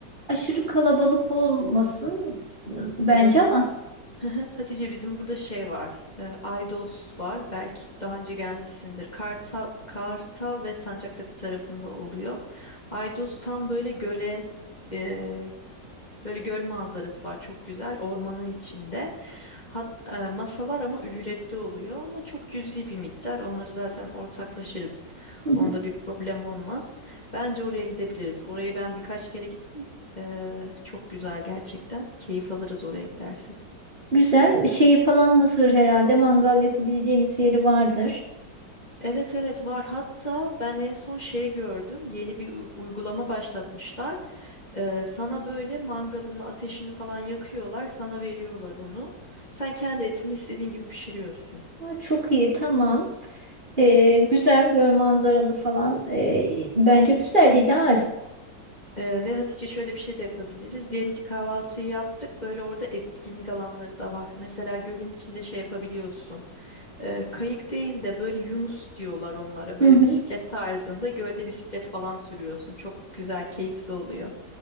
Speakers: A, on the right (about 30°); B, on the left (about 25°).
A: Aşırı kalabalık olmasın e, bence
B: Ee,
A: ama.
B: <laughs> Hatice bizim burada şey var. Ee, Aydos var. Belki daha önce gelmişsindir. Kartal, Kartal ve Sancaktepe tarafında oluyor. Aydos tam böyle göle, e, Böyle göl manzarası var çok güzel ormanın içinde. Hat, e, masalar ama ücretli oluyor ama çok cüzi bir miktar. Onları zaten ortaklaşırız.
A: Hı hı.
B: Onda bir problem olmaz. Bence oraya gidebiliriz. Orayı ben birkaç kere gittim. E, çok güzel gerçekten. Keyif alırız oraya gidersek.
A: Güzel. Şeyi falan hazır herhalde. Mangal yapabileceğimiz yeri vardır.
B: Evet evet var. Hatta ben en son şey gördüm. Yeni bir u- uygulama başlatmışlar. Ee, sana böyle mangalını, ateşini falan yakıyorlar, sana veriyorlar onu. Sen kendi etini istediğin gibi pişiriyorsun.
A: Ha, Çok iyi, tamam. E, güzel göl manzaralı falan. E, bence güzel, ideal.
B: Ee, ve Hatice şöyle bir şey de yapabiliriz. Diyelim ki kahvaltıyı yaptık. Böyle orada etkinlik alanları da var. Mesela gölün içinde şey yapabiliyorsun. Ee, kayık değil de böyle Yunus diyorlar onlara. Böyle
A: Hı hı.
B: bisiklet tarzında gölde bisiklet falan sürüyorsun. Çok güzel, keyifli oluyor.